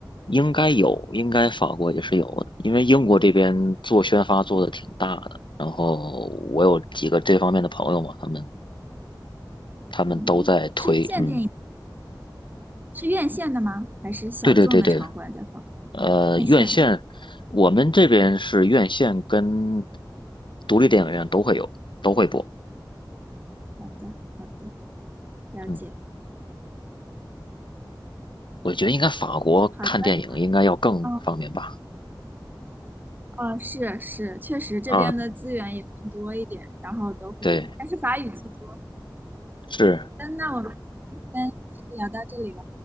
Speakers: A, on the left; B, on the right.
A: 应该有，应该法国也是有的，因为英国这边做宣发做的挺大的，然后我有几个这方面的朋友嘛，他们他们都在推，
B: 嗯，是院线电影，
A: 嗯，
B: 是院线的吗？还是小众的场馆在放？
A: 对对对对，呃，
B: 院线的。
A: 院线，我们这边是院线跟独立电影院都会有，都会播，
B: 好的，好的，了解。
A: 嗯，我觉得应该法国看电影应该要更方便吧，
B: 好的，嗯，哦，是是，确实这边的资源也更多一点，
A: 啊，
B: 然后都会，
A: 对，
B: 但是法语居多。
A: 是，
B: 嗯，那我们今天就聊到这里了，